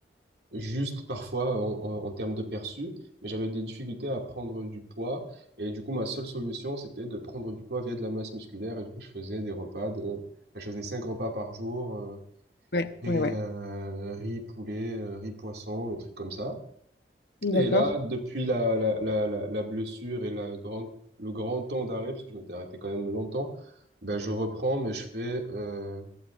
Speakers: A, on the right; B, on the left.
A: juste parfois en, en- en termes de perçu, mais j'avais des difficultés à prendre du poids. Et du coup, ma seule solution, c'était de prendre du poids via de la masse musculaire. Et du coup, je faisais des repas de, je faisais cinq repas par jour. euh,
B: Ouais,
A: Et
B: ouais, ouais.
A: euh, riz poulet, euh, riz poisson, des trucs comme ça.
B: D'accord.
A: Et là, depuis la, la, la, la, la blessure et la grande, le grand temps d'arrêt, parce que je m'étais arrêté quand même longtemps, ben je reprends, mais je fais euh,